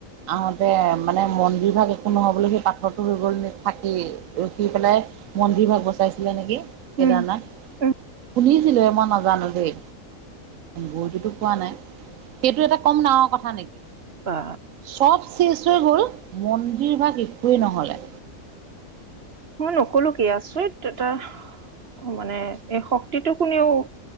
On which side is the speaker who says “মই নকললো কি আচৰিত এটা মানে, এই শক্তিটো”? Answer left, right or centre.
Right